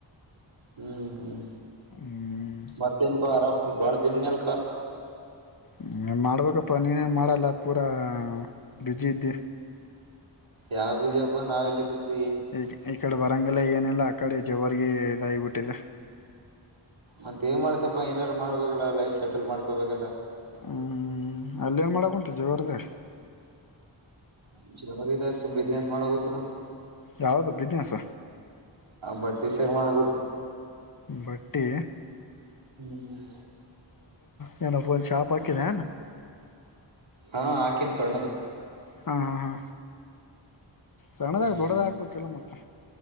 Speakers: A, on the right; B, on the left.
A: ಹ್ಮ್ ಹ್ಮ್.
B: ಹ್ಮ್
A: ಮತ್ತೆನ್ಕ ಆರಾಮ್. ಅಲ್ ಬಾ ದಿನ ಮೇಾಲ.
B: ಹ್ಮ ಮಾಡ್ಬೇಕಪ್ಪ ನೀನೇನ್ ಮಾಡಲ್ಲ. ಪೂರಾ ಬಿಜಿ ಇದ್ದ.
A: ಯಾವ. ಬಜಾಪ ಅವಲಿ ಬಿಸಿ.
B: ಈ ಈ ಕಡೆ ಬರಂಗಲ್ಲ ಏನಿಲ್ಲ ಅ ಕಡೆ ಜವರ್ಗೆ ಇದಾಗಿಬಿಟ್ಟಿದೆ.
A: ಮತ್ತ ಏನ್ ಮಾಡ್ತಪ್ಪಾ ಏನಾದಾರು ಮಾಡ್ಬೇಕಲ್ಲ ಲೈಫ್ ಸೆಟಲ್ ಮಾಡ್ಕೋಬೇಕಲ್ಲ.
B: ಹ್ಮ್ ಅಲ್ಲೇನ್ ಮಾಡಕ್ ಉಂಂತು ಜೋರದ.
A: ರ್ಗಿದಾಗ ಬಿಸ್ನೆಸ್ ಮಾಡ ಗತ್ತಿನ.
B: ಯಾವ್ದು ಬಿಸ್ನೆಸ್
A: ಆ ಬಟ್ಟೆ ಸೇರ್ ಮಾಡ ಗತ್ತ.
B: ಬಟ್ಟೆ.
A: ಹ್ಮ್
B: ನಂದು ಶಾಪ್ ಹಾಕಿದ
A: ಹಾ ಆಾಕಿನ್ ಸ್ಣದು
B: ಹಾ ಹಾ ಹಾ ಸಣ್ಣದಾಗ
A: ಹ್ಮ್
B: ದೊಡ್ಡದಾಗಗ್ಬೇಕಲ್ಲ ಮತ್ತೆ